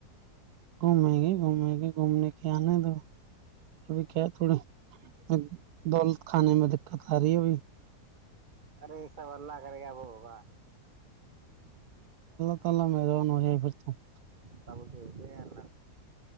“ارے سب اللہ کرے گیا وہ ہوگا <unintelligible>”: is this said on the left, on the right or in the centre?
Right